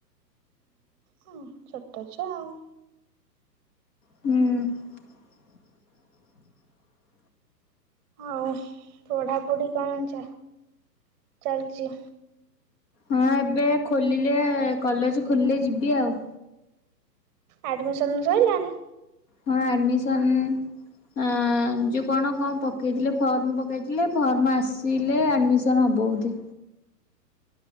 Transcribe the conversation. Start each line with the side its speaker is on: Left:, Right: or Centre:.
Right: ହ ଛୋଟ ଛୁଆ ଆଉ।
Left: ହୁଁ। <inaudible>
Right: ଆଉ ପଢା ପୁଢି କଣ ଚା ଚାଲିଛି।
Left: ହଁ ଏବେ ଖୋଲିଲେ କଲେଜ ଖୋଲିଲେ ଯିବି ଆଉ।
Right: ଆଡମିସନ ସଇଲାଣିି।
Left: ହଁ ଆଡମିଶନ୍ ଆ ଯୋଉ କଣ କଣ ପକେଇଥିଲେ ଫର୍ମ ପକେଇଥିଲେ ଫର୍ମ ଆସିଲେ ଆଡମିସନ ହବ। ବୋଧେ